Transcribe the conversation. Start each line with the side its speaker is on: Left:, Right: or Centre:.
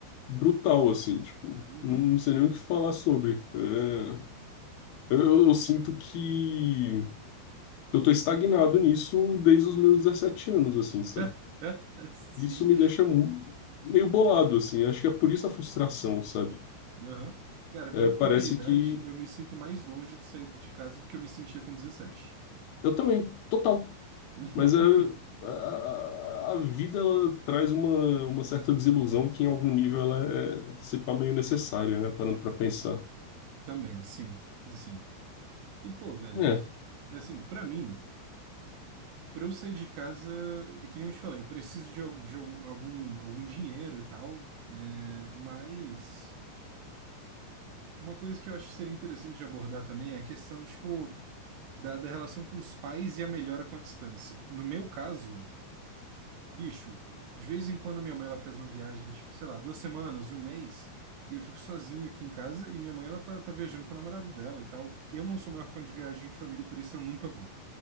Left: brutal, assim, tipo,
Right: Uhum.
Left: não, não sei nem o que falar sobre. É, eu, eu- eu sinto que eu tô estagnado nisso desde os meus 17 anos, assim, sabe?
Right: <laughs> Sim.
Left: Isso me deixa mu- meio bolado, assim. Acho que é por isso a frustração, sabe?
Right: Aham. Cara,
Left: É,
Right: eu
Left: parece
Right: com a minha idade,
Left: que
Right: eu me sinto mais longe de sair de casa do que eu me sentia com dezessete
Left: eu também, total.
Right: <laughs>
Left: Mas é, a, a, a vida ela traz uma, uma certa desilusão que em algum nível ela é, se pá, meio necessária, né? Parando para pensar.
Right: Também, sim, sim. E pô, velho,
Left: É,
Right: assim, pra mim, pra eu sair de casa, é que nem eu te falei, eu preciso de, al- de algum, algum algum dinheiro e tal, né? Mas uma coisa que eu acho que seria interessante de abordar também é a questão, tipo, da, da relação com os pais e a melhora com a distância. No meu caso, Bicho, de vez em quando minha mãe ela faz uma viagem, tipo, sei lá, duas semanas, um mês, e eu fico sozinho aqui em casa e minha mãe ela tá, tá viajando com o namorado dela e tal. Eu não sou maior fã de viagem em família, por isso eu nunca vou.